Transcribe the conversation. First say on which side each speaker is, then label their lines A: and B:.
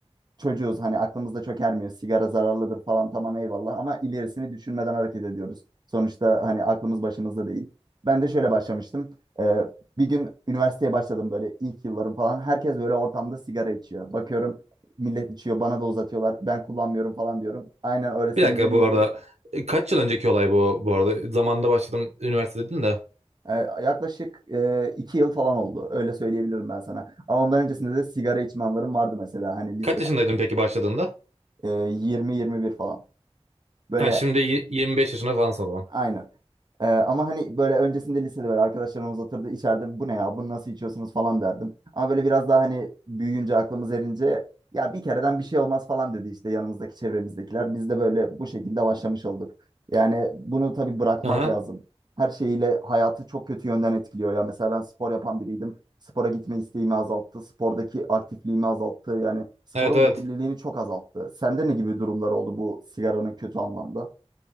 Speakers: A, on the right (about 40°); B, on the right (about 80°).
A: çocuğuz hani aklımızda çok ermiyor. Sigara zararlıdır falan tamam eyvallah ama ilerisini düşünmeden hareket ediyoruz. Sonuçta hani aklımız başımızda değil. Ben de şöyle başlamıştım. Ee, bir gün üniversiteye başladım böyle ilk yıllarım falan. Herkes böyle ortamda sigara içiyor. Bakıyorum millet içiyor bana da uzatıyorlar. Ben kullanmıyorum falan diyorum. Aynen öyle senin
B: Bir dakika
A: dediğin
B: bu arada
A: gibi.
B: e, kaç yıl önceki olay bu bu arada? Zamanında başladım üniversite dedin de.
A: Ee, yaklaşık e, iki yıl falan oldu. Öyle söyleyebilirim ben sana. Ama ondan öncesinde de sigara içme anlarım vardı mesela. Hani lise
B: Kaç yaşındaydın peki başladığında?
A: e, 20-21 falan. Böyle
B: Ha şimdi y- 25 yaşında falansın o zaman.
A: aynen. Ee, ama hani böyle öncesinde lisede böyle arkadaşlarımız oturdu içeride bu ne ya bunu nasıl içiyorsunuz falan derdim. Ama böyle biraz daha hani büyüyünce aklımız erince ya bir kereden bir şey olmaz falan dedi işte yanımızdaki çevremizdekiler. Biz de böyle bu şekilde başlamış olduk. Yani bunu tabii bırakmak
B: Aha.
A: lazım. Her şeyiyle hayatı çok kötü yönden etkiliyor. Ya mesela ben spor yapan biriydim. Spora gitme isteğimi azalttı. Spordaki aktifliğimi azalttı. Yani sporun
B: Evet evet.
A: verimliliğini çok azalttı. Sende ne gibi durumlar oldu bu sigaranın kötü anlamda?